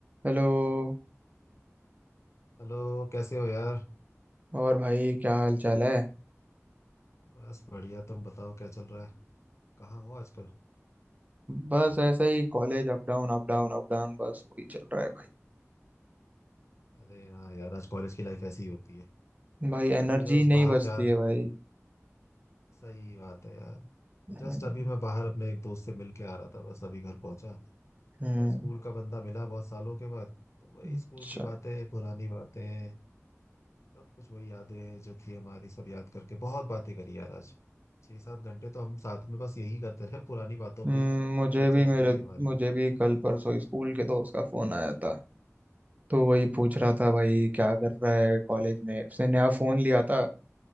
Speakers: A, on the right; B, on the left.
A: Hello
B: Hello कैसे हो यार
A: और भाई क्या हाल चाल है
B: बस बढ़िया तुम बताओ क्या चल रहा है कहाँ हो आजकल
A: बस ऐसा ही college up down up down up down बस वही चल रहा है भाई
B: अरे हाँ यार आज कॉलेज की लाइफ ऐसी ही होती है
A: भाई एनर्जी
B: अभी मैं बस
A: नहीं
B: बाहर
A: बचती
B: जा
A: है भाई
B: सही बात है यार
A: हम्म
B: जस्ट अभी मैं बाहर अपने एक दोस्त से मिल के आ रहा था बस अभी घर पहुंचा
A: हम्म,
B: भाई स्कूल का बंदा मिला बहुत सालों के बाद तो वही
A: अच्छा
B: स्कूल की बातें पुरानी बातें सब कुछ वही यादें जो थी हमारी सब याद करके बहुत बातें करी यार आज छः सात घंटे तो हम साथ में बस यही करते रहे पुरानी बातों
A: हम्म,
B: पे ही
A: मुझे
B: चर्चा
A: भी
B: होती
A: मेरे
B: रही हमारी
A: मुझे भी कल परसों स्कूल के दोस्त का फोन आया था तो वही पूछ रहा
B: अच्छा
A: था भाई क्या कर रहा है कॉलेज में उसने नया फोन लिया था